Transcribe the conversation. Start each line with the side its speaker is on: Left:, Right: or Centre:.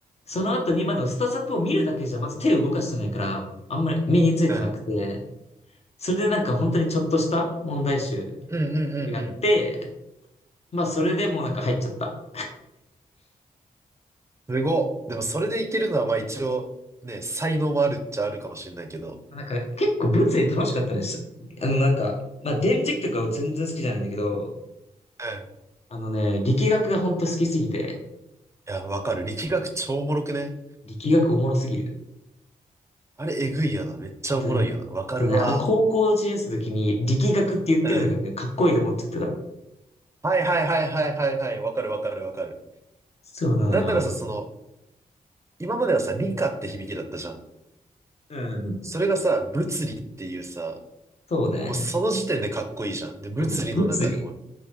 Left: その後に、まだスタサプを見るだけじゃ、まず手を動かしてないから、あんまり身についてなくて、
Right: うん。
Left: それでなんか本当にちょっとした問題集
Right: うんうんうんうん。
Left: をやって、まあそれでもうなんか入っちゃった。
Right: すごっ。でもそれでいけるのは、
Left: で
Right: まあ一応、ね、才能もあるっちゃあるかもしれないけど。
Left: なんか結構物理楽しかったです。あのなんか、まあ電磁気とかは全然好きじゃないんだけど、
Right: うん。
Left: あのね、力学が本当好きすぎて、
Right: いや、わかる。力学超おもろくね。
Left: 力学おもろすぎる。
Right: あれ、えぐいよな。めっちゃおもろいよな。
Left: あとね、
Right: わかるわ。
Left: あとね、あの、高校1年生の時に力学って言ってるのがね、
Right: うん。
Left: かっこいいと思っちゃってた。
Right: はいはいはいはいはいはい。わかるわかるわかる。
Left: そうなのよ。
Right: なんならさ、その、今まではさ、理科って響きだったじゃん。
Left: うん。
Right: それがさ、物理っていうさ、
Left: そうね。
Right: もうその時点でかっこいいじゃん。で、物理の中でも、
Left: そう、もう物理、